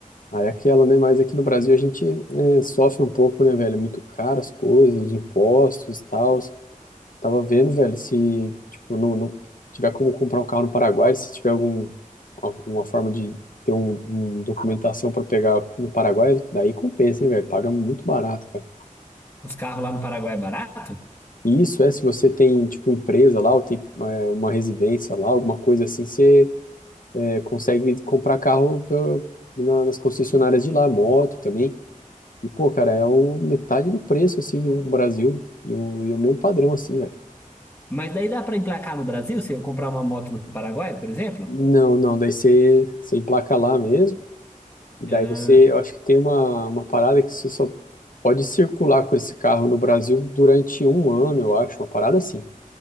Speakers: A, on the left; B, on the left.
A: Aí é aquela, né? Mas aqui no Brasil a gente, né, sofre um pouco, né, velho? É muito caro as coisas, os impostos e tal. Tava vendo, velho, se, tipo, não, não tiver como comprar um carro no Paraguai, se tiver algum, uma uma forma de ter um, um documentação para pegar no Paraguai, daí compensa, hein, velho? Paga muito barato, cara.
B: Os carros lá no Paraguai é barato,
A: E isso é se você tem, tipo, empresa lá, ou tem, é, uma residência lá, alguma coisa assim, você, é, consegue comprar carro pela- na- nas concessionárias de lá, moto também. E, pô, cara, é o metade do preço, assim, do Brasil. E o, e o mesmo padrão, assim, velho.
B: mas daí dá pra emplacar no Brasil se eu comprar uma moto no Paraguai, por exemplo?
A: Não, não, daí você, você emplaca lá mesmo. E daí
B: Ah,
A: você, eu acho que tem uma, uma parada que você só pode circular com esse carro no Brasil durante um ano, eu acho, uma parada assim.